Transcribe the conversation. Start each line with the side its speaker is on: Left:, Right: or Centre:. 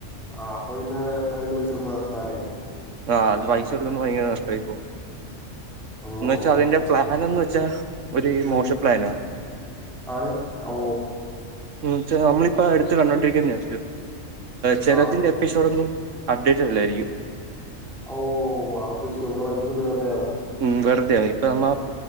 Centre: ആപ്പ അപ്പന്നെ അതി പൈസ നക്കുക്ക് നഷ്ടാനെ
Right: ആഹ് അത് പൈസ കൊടുക്കുമ്പോ ഭയങ്കര നഷ്ടയി പോവും
Centre: ഓ
Right: എന്ന് വെച്ചാ
Centre: ഓ ഓ
Right: അതിന്റെ. പ്ലാനെന്ന് വെച്ചാ ഒരു
Centre: ഉം
Right: മോശം പ്ലാനാ.
Centre: ആണ് ഓ
Right: ഉ ച്ചനമ്മളിപ്പ എടുത്ത് കണ്ടൊണ്ടിരിക്കുന്ന ചല
Centre: ആ
Right: തിന്റെ എപ്പിസോഡൊന്നും അപ്ഡേറ്റ് അല്ലായിരിക്കും.
Centre: <unintelligible>
Right: ഉം വെറുതെയാണ് ഇപ്പ നമ്മ